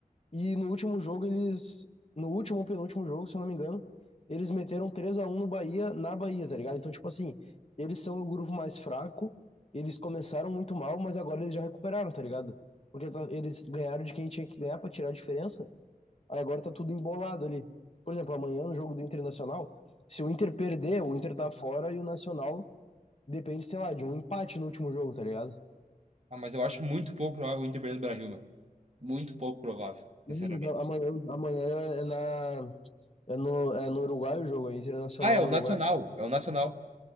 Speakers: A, on the left; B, on the right.
A: E no último jogo, eles. No último ou penúltimo jogo, se eu não me engano, eles meteram 3 a um no Bahia, na Bahia, tá ligado? Então, tipo assim, eles são o grupo mais fraco, eles começaram muito mal, mas agora eles já recuperaram, tá ligado? Porque tá- eles ganharam de quem tinha que ganhar pra tirar a diferença, aí agora tá tudo embolado ali. Por exemplo, amanhã no jogo do Internacional, se o Inter perder, o Inter tá fora e o Nacional depende, sei lá, de um empate no último jogo, tá ligado?
B: Ah, mas eu acho muito pouco provável o Inter perder no Brasil, meu. Muito pouco provável,
A: Não,
B: sinceramente.
A: mas a- Amanhã, amanhã é na, É no, é no Uruguai o jogo, é Internacional
B: Ah, é o
A: no
B: Nacional.
A: Uruguai.
B: É o Nacional.